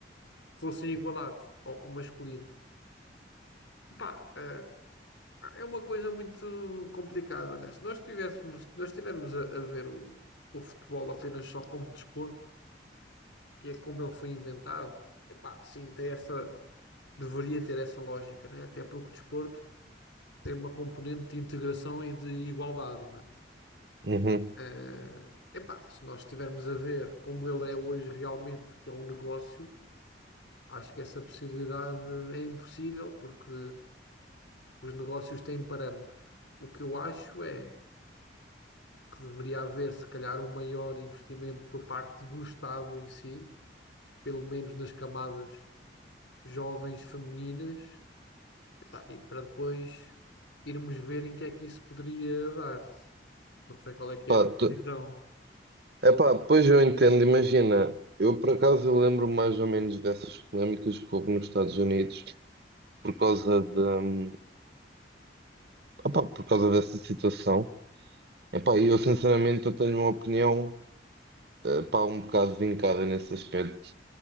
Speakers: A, on the left; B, on the right.
A: fossem igualados ao, ao masculino. Pá, eh, É uma coisa muito complicada, né? Se nós tivéssemos, nós estivermos a, a ver o, o futebol apenas só como desporto, que é como ele foi inventado, epá, sim, tem essa, deveria ter essa lógica, né? Até porque o desporto tem uma componente de integração e de igualdade, né?
B: Uhum.
A: Eh, epá, se nós estivermos a ver como ele é hoje realmente, que é um negócio, acho que essa possibilidade é impossível, porque os negócios têm parâmetros. O que eu acho é. que deveria haver, se calhar, um maior investimento por parte do Estado em si, pelo menos nas camadas jovens femininas, epá, e para depois irmos ver em que é que isso poderia dar. Não sei qual é que
B: Pá,
A: é a
B: tu...
A: divisão,
B: Epá, pois eu entendo, imagina, eu por acaso eu lembro mais ou menos dessas polémicas que houve nos Estados Unidos por causa de, hum, opá, por causa dessa situação. Epá, eu sinceramente eu tenho uma opinião eh, pá, um bocado vincada nesse aspecto.